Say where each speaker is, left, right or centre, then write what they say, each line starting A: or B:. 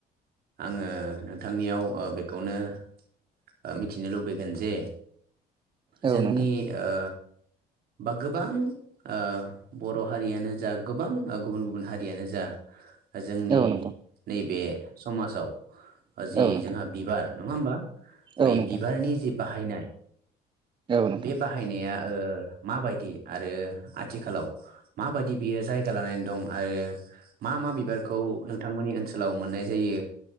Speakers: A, on the right; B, on the right.
A: आङो नोंथांनियाव ओ बेखौनो ओ मिथिनो लुबैगोन जे
B: औ
A: जोंनि
B: नोंथां
A: ओ बा गोबां ओ बर' हारियानो जा गोबां गुबुन गुबुन हारियानो जा जोंनि
B: औ नोंथां
A: नैबे समाजाव
B: औ
A: जि
B: नोंथां औ नोंथां
A: जोंहा बिबार नङा होमबा? बै
B: औ
A: बिबारनि जि बाहायनाय
B: नोंथां
A: बे बाहायनाया ओ माबायदि आरो आथिखालाव माबायदि बियो जायगा लानानै दं आरो मा मा बिबारखौ नोंथांमोननि ओनसोलाव मोननाय जायो